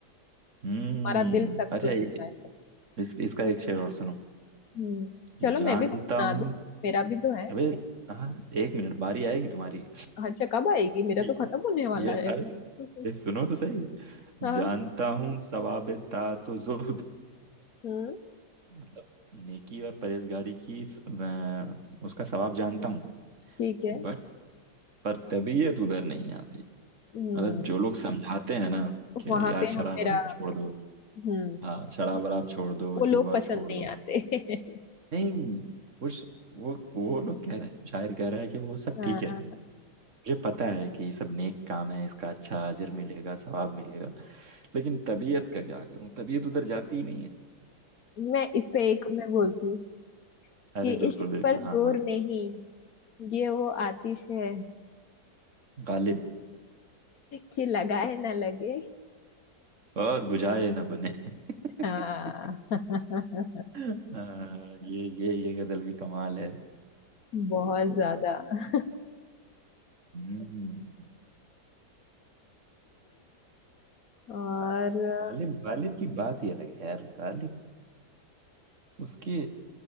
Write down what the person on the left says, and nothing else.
हमारा दिल सख्त
हो
चुका है
हम्म चलो
मैं भी कुछ सुना
दूं मेरा भी तो है
अच्छा कब आएगी मेरा
तो खत्म होने वाला
है
<laughs>
हाँ
हम्म
ठीक है
हम्म
वहां
पे
हम मेरा
हम्म
वो लोग
पसंद
नहीं
आते <laughs>
हाँ
मैं इस पे एक मैं बोलती हूँ
कि
इश्क
पर जोर
नहीं ये वो आतिश है
कि लगाए ना लगे
हाँ <laughs>
बहुत ज्यादा <laughs>
और